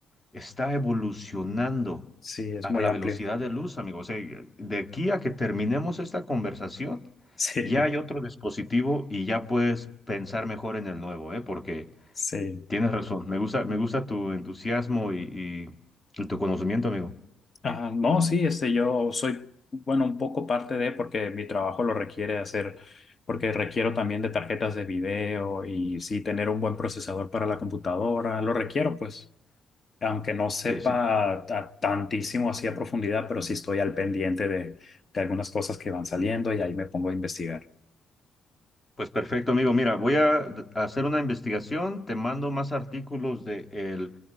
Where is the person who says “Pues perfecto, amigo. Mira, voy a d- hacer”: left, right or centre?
Left